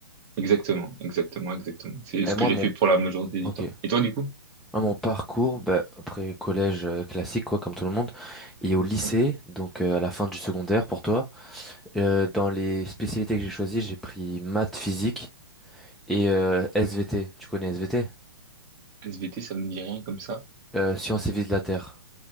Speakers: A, on the right; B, in the centre.
A: Exactement, exactement, exactement. C'est
B: Mais
A: ce
B: moi,
A: que j'ai
B: mon,
A: fait pour la majorité
B: ok.
A: du temps. Et toi, du coup?
B: Moi, mon parcours, bah, après collège euh, classique, quoi, comme tout le monde, et au lycée,
A: Ouais.
B: donc euh, à la fin du secondaire pour toi, euh, dans les spécialités que j'ai choisies, j'ai pris maths, physique. Et euh, SVT, tu connais SVT?
A: SVT, ça me dit rien comme ça.
B: Euh, science et vie de la Terre.